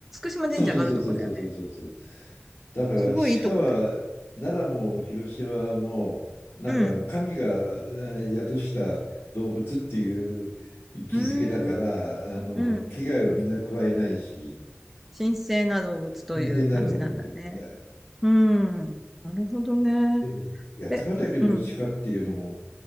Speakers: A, in the centre; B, on the left.
A: 島神社があるとこだよね。
B: そうそうそうそうそうそうそう。だから鹿は奈良も広島もなんか神がえー宿した動物っていう位置づけだからあの危害をみんな加えないし
A: すごいいいとこだよね。うん。うーん。うん。神聖な動物という感じなんだね。
B: 神聖なるものっていうことだよ。
A: うん。なるほどね。
B: でも八ヶ岳の鹿っていうのも
A: え、うん。